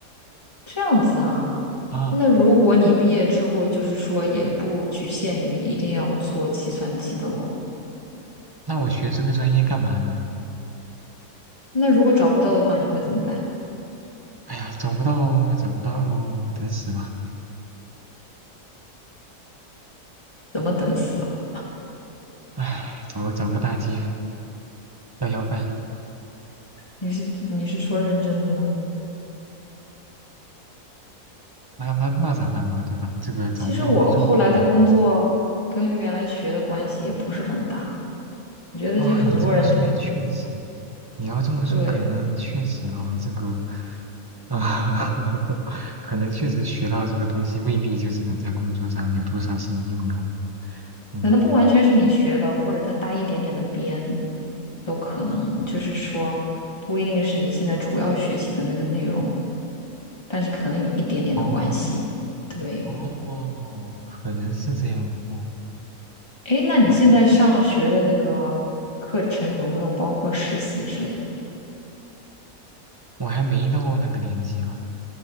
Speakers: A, on the left (about 15°); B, on the right (about 20°).
A: 这样子啊。
B: 啊。
A: 那如果你毕业之后，就是说也不局限于一定要做计算机的喽。
B: 那我学这个专业干嘛呢？
A: 那如果找不到的话，你会怎么办？
B: 哎呀，找不到，找不到，等死吧。
A: 怎么等死啊？
B: 唉，找找个大街要要饭。
A: 你是你是说认真的吗？
B: 那那那咋办嘛，对吧？这个找不到工作，
A: 其实我后来的工作跟原来学的关系也不是很大，
B: 哎呀，
A: 我觉得这很多人他
B: 啊，你这么说也确实，你要这么说，
A: 对。
B: 可能确实啊，这个，啊，<laughs> 可能确实学到这个东西，未必就是能在工作上有多少是能用到的。嗯，
A: 可能不完全是你学的，或者它搭一点点的边，都可能。就是说，不一定是你现在主要学习的那个内容，但是可能有一点点的关系。
B: 哦，
A: 对，
B: 哦，可能是这样哦，
A: 诶，那你现在上学的那个课程有没有包括实习之类的？
B: 嗯，我还没到那个年纪吧，